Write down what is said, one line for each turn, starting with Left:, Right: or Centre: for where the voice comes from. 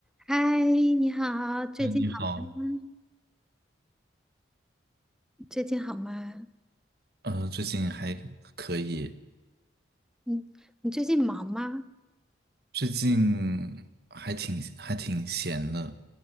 Centre: 嗨，你好，最近好吗？
Right: 嗯，你好，
Centre: 最近好吗？
Right: 呃，最近还可以，
Centre: 嗯，你最近忙吗？
Right: 最近还挺还挺闲的，